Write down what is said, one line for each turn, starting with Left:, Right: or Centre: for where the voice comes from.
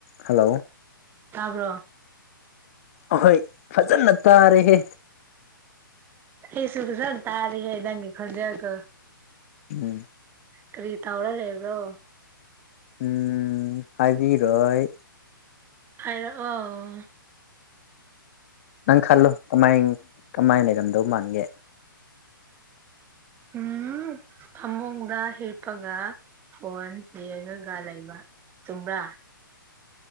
Left: hello
Right: ꯇꯥꯕ꯭ꯔꯣ
Left: ꯑꯍꯣꯏ ꯐꯖꯅ ꯇꯥꯔꯦꯍꯦ
Right: ꯑꯩꯁꯨ ꯐꯖꯟ ꯇꯥꯔꯦꯍꯦ ꯅꯪꯒꯤ ꯈꯣꯟꯖꯦꯜꯗꯣ
Left: ꯎꯝ
Right: ꯀꯔꯤ ꯇꯧꯔ ꯂꯩꯕ꯭ꯔꯣ
Left: ꯎꯝ ꯍꯥꯏꯕꯤꯔꯣꯏ
Right: ꯍꯥꯏꯔꯛꯑꯣ
Left: ꯅꯪ ꯈꯜꯂꯣ ꯀꯃꯥꯏ ꯀꯃꯥꯏ ꯂꯩꯔꯝꯗꯧ ꯃꯥꯟꯒꯦ
Right: ꯎꯝ ꯐꯃꯨꯡꯗ ꯍꯤꯞꯄꯒ ꯐꯣꯟ ꯌꯦꯉꯒ ꯂꯩꯕ ꯆꯨꯝꯕ꯭ꯔꯥ